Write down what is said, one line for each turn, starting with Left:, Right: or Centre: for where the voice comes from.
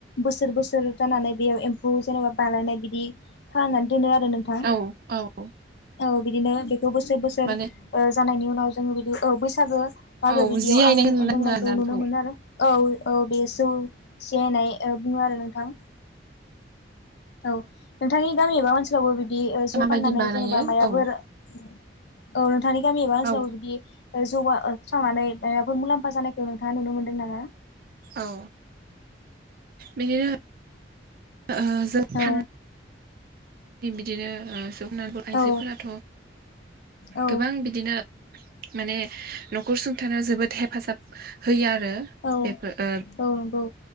Left: बोसोर बोसोर जानानै बेयाव एम फौ जेनेबा बालायनाय बिदि खालामनानै दोनो आरो नोंथां,
Right: औ औ
Left: औ बिदिनो खौ बोसोर बोसोर
Right: माने
Left: ओ जानायनि उनाव जोङो बिदि औ बैसागो मागो
Right: औ
Left: बिदियाव
Right: जियायनाय
Left: आं लोंनायखौ
Right: होनना
Left: नुनो
Right: बुङो आरोना
Left: मोन आरो। औ औ बे जौ सियायनाय बुङो आरो नोंथां। औ नोंथांनि गामि एबा ओनसोलावबो बिदि जौ
Right: माबायदि
Left: फाननानै
Right: बानायो
Left: जेनेबा माइबाफोर
Right: औ
Left: औ नोंथांनि गामि एबा ओनसोलावबो
Right: औ
Left: बिदि जौ आ सावनानै माफोर मुलाम्फा जानायखौ नोंथाङा नुनो मोनदों ना?
Right: औ बिदिनो ओ जों
Left: औ
Right: फान बि बिदिनो <unintelligible> आयजोफोराथ'
Left: औ औ
Right: गोबां बिदिनो माने न'खर सुंथानायाव जोबोद हेफाजाब होयो आ रो
Left: औ
Right: बेफो ओ
Left: औ नंगौ